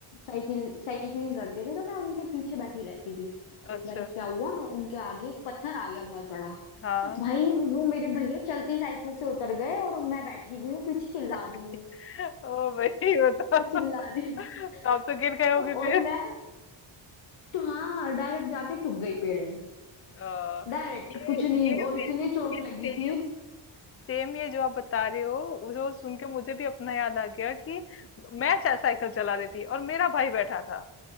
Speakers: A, on the left (about 85°); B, on the left (about 30°).
A: साइकिल साइकिलिंग करते थे तो मैं उनके पीछे बैठी रहती थी तो
B: अच्छा
A: एक बार क्या हुआ उनके आगे एक पत्थर आ गया बहुत बड़ा
B: हाँ
A: भाई वो मेरे भैया चलती साइकिल से उतर गए और मैं बैठी हुई हूँ पीछे चिल्ला रही
B: <laughs>
A: हूँ
B: ओ भाई बताओ
A: मैं चिल्ला
B: <laughs>
A: रही हूँ
B: तो आप तो गिर गए होगे
A: और
B: फिर
A: मैं तो हाँ डायरेक्ट जाके टूट गई पेड़ में
B: अ,
A: डायरेक्ट
B: ये
A: कुछ नहीं
B: ये
A: और
B: मे-
A: इतनी चोट
B: ये
A: लगी
B: सेम
A: थी
B: सेम ये जो आप बता रहे हो वो जो सुन के मुझे भी अपना याद आ गया कि मैं चा- साइकिल चला रही थी और मेरा भाई बैठा था